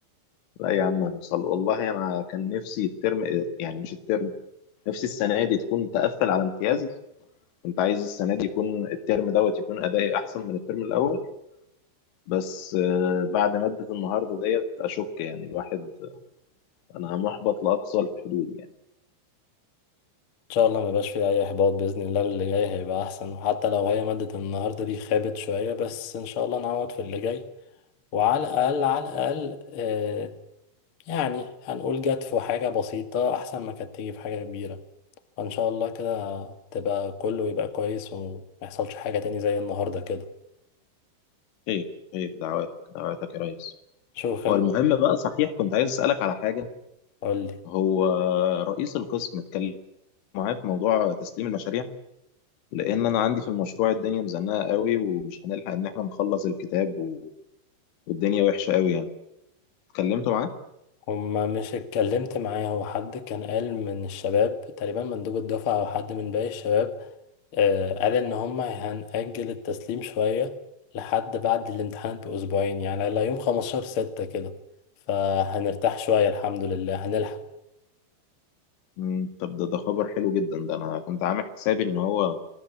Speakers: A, on the left; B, on the left.
A: لا يا عم هنوصل والله أنا كان نفسي الترم يعني مش الترم نفسي السنة دي تكون تقفل على امتياز كنت عايز السنة دي يكون الترم دوت يكون أدائي أحسن من الترم الأول بس آه، بعد مادة النهاردة ديت أشك يعني الواحد أنا محبط لأقصى الحدود يعني
B: ان شاء الله ما يبقاش فيه اي احباط باذن الله اللي جاي هيبقى احسن وحتى لو هي مادة النهارده دي خابت شوية بس ان شاء الله نعوض في اللي جاي وعلى الاقل على الاقل آه يعني هنقول جت في حاجة بسيطة احسن ما كانت تيجي في حاجة كبيرة فان شاء الله كده تبقى كله يبقى كويس وما يحصلش حاجة تاني زي النهارده كده
A: خير خير دعواتك دعواتك يا ريس
B: شوف انت
A: هو المهم بقى صحيح كنت عايز أسألك على حاجة
B: قولي
A: هو رئيس القسم اتكلم معاه في موضوع تسليم المشاريع لأن أنا عندي في المشروع الدنيا مزنقة قوي ومش هنلحق إن إحنا نخلص الكتاب و... والدنيا وحشة قوي يعني اتكلمت معاه
B: هما مش اتكلمت معايا هو حد كان قال من الشباب تقريبا مندوب الدفعة او حد من باقي الشباب آه، قال ان هم هنأجل التسليم شوية لحد بعد الامتحان بأسبوعين يعني على يوم 15 ستة كده فهنرتاح شوية الحمد لله هنلحق
A: مم. طب ده ده خبر حلو جدا ده أنا كنت عامل حسابي إن هو